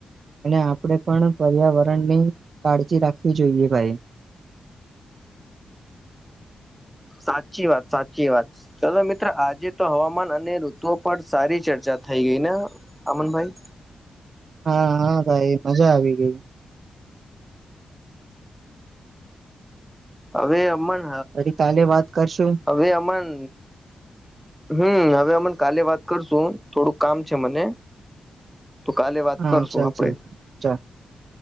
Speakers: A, on the right (about 60°); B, in the centre.
A: અને આપણે પણ પર્યાવરણની કાળજી રાખવી જોઈએ ભાઈ. <inaudible>
B: સાચી વાત સાચી વાત ચલો મિત્ર આજે તો, હવામાન અને ઋતુઓ પર સારી ચર્ચા થઈ ગઈ ને અમનભાઈ?
A: હા હા ભાઈ મજા આવી ગય.
B: હવે અમન
A: ફરી કાલે વાત કરશું
B: હવે અમન હમ હવે અમને કાલે વાત કરશું. થોડુંક કામ છે મને, તો કાલે વાત
A: હા
B: કરશું
A: ચાલ
B: આપડે.
A: ચાલ ચાલ